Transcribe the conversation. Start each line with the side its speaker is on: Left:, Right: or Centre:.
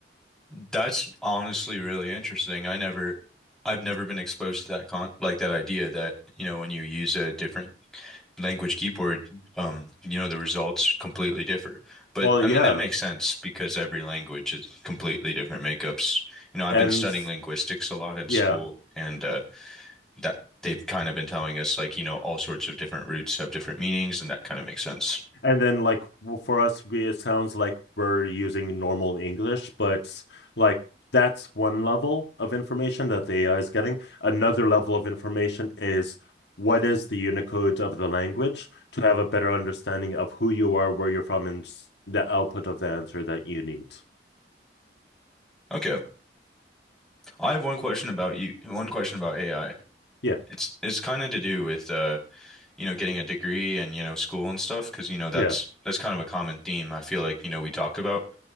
Centre: That's honestly really interesting. I never, I've never been exposed to that con like that idea that, you know, when you use a different language keyboard, um, you know, the results completely differ. But
Left: Well,
Centre: I
Left: yeah.
Centre: mean, that makes sense because every language is completely different makeups. You know, I've
Left: And
Centre: been studying linguistics a lot in
Left: yeah.
Centre: school and uh, that they've kind of been telling us like, you know, all sorts of different roots have different meanings, and that kind of makes sense.
Left: And then like w- for us we it sounds like we're using normal English, but like that's one level of information that the AI is getting. Another level of information is what is the Unicode of the language to have a better understanding of who you are, where you're from, and s- the output of the answer that you need.
Centre: Okay. I have one question about you, one question about AI.
Left: Yeah.
Centre: It's it's kind of to do with uh, you know, getting a degree and, you know, school and stuff, because, you know, that's
Left: Yeah.
Centre: that's kind of a common theme I feel like, you know, we talk about.